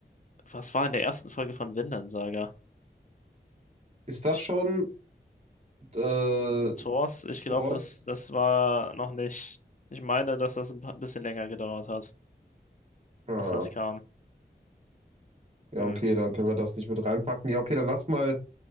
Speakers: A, on the left; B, on the right.
A: Was war in der ersten Folge von Vinland Saga?
B: Ist das
A: Ich,
B: schon äh,
A: mit Source, ich glaube,
B: Thor's?
A: das, das war noch nicht. Ich meine, dass das ein pa- bisschen länger gedauert hat,
B: Ah,
A: bis das kam.
B: ja,
A: Hm.
B: okay, dann können wir das nicht mit reinpacken. Ja, okay, dann lass mal.